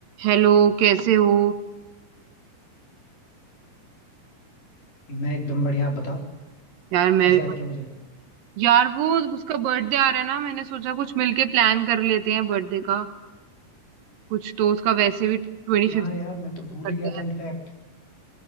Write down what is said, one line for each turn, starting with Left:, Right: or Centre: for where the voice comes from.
Right: Hello कैसे हो
Left: मैं एकदम बढ़िया आप बताओ
Right: यार मैं
Left: कैसे याद किया मुझे
Right: यार वो उसका बर्थडे आ रहा है ना मैंने सोचा कुछ मिलके प्लान कर लेते हैं बर्थडे का कुछ तो उसका वैसे भी ट्वेंटी
Left: हाँ
Right: फिफ्थ
Left: यार मैं तो भूल
Right: करते
Left: ही गया था
Right: हैं
Left: इनफैक्ट